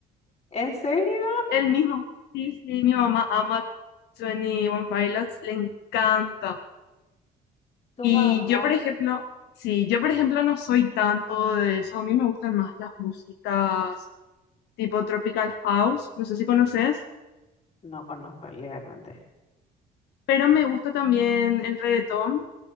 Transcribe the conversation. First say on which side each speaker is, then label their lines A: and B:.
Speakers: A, on the left; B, on the left.
A: ¿En serio?
B: El mismo. Sí, sí, mi mamá ama Twenty One Pilots, le encanta.
A: ¿Tu
B: Y
A: mamá?
B: yo, por ejemplo, sí, yo, por ejemplo, no soy tanto de eso. A mí me gustan más las músicas tipo Tropical House, no sé si conoces,
A: No conozco legalmente.
B: pero me gusta también el reggaetón,